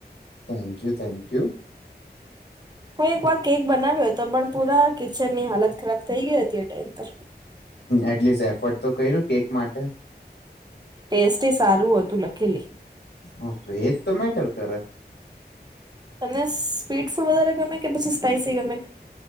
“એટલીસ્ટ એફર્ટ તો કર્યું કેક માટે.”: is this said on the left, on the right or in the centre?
Left